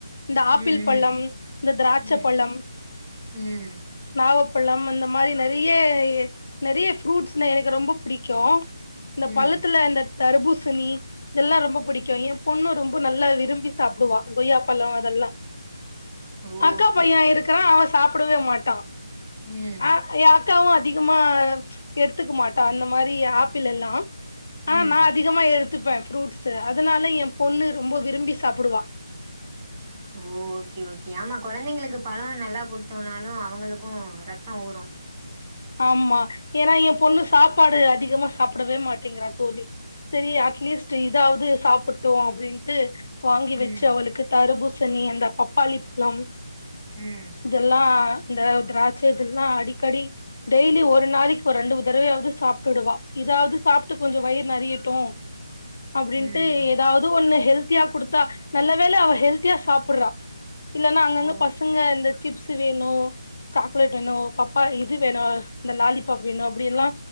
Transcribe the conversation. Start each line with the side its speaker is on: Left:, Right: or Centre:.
Left: இந்த ஆப்பிள்
Right: ம்
Left: பழம் இந்த திராட்ச
Right: ம்
Left: பழம்
Right: ம் ம்
Left: நாவப் பழம் அந்த மாரி நெறைய நெறைய ப்ரூட்ஸ்னா எனக்கு ரொம்ப பிடிக்கு இந்த
Right: ம்
Left: பள்ளத்துல இந்த தர்பூசணி இதெல்லா ரொம்ப புடிக்கு எ பொண்ணு ரொம்ப நல்லா விரும்பி சாப்பிடுவா கொய்யாப்பழோ அதெல்லா
Right: ஓ
Left: அக்கா
Right: ஓகே
Left: பைய
Right: ஓகே.
Left: இருக்கிறா அவன் சாப்பிடவே மாட்டா
Right: ம்
Left: அ எ அக்காவு அதிகமா எடுத்துக்க மாட்ட அந்த மாரி ஆப்பிள் எல்லா ஆனா
Right: ம்
Left: நா அதிகமா எடுத் துப்பே ஃப்ரூட்ஸ் அதனால எ பொண்ணு ரொம்ப விரும்பி சாப்புடுவா
Right: ஓ ஓகே ஓகே ஆமா கொழந்தைங்களுக்கு பழோ நல்லா குடுத்தம்னாலு அவங்களுக்கு ரத்தோ ஊரு ஆ
Left: ஆமா ஏனா எ பொண்ணு சாப்பாடு அதிகமா சாப்பிடவே மாட்டிங்கிறா தோழி செரி அட்லீஸ்ட் இதாவது சாப்புட்டு அப்டின்ட்டு வாங்கி வெச்சு
Right: ம்
Left: அவளுக்கு தர்பூசணி அந்த பப்பாளி பழம்
Right: ம்
Left: இதெல்லா இந்த திராட்ச இதெல்லா அடிக்கடி டெய்லி ஒரு நாளைக்கு ஒரு ரெண்டு மூண் தடவயாது சாப்ட்டுடுவா இதாவது சாப்ட்டு கொஞ்சோ வயிறு நெறையட்டு அப்டின்ட்டு
Right: ம்
Left: ஏதாவது ஒன்னு ஹெல்த்தியா குடுத்தா நல்ல வேல அவ ஹெல்த்தியா சாப்புட்றா இல்லனா அங்கங்க
Right: ஓ
Left: பசங்க இந்த சிப்ஸ் வேணு சாக்லேட் வேணு பப்பா இது வேணு இந்த லாலிபப் வேணு அப்டி எல்லா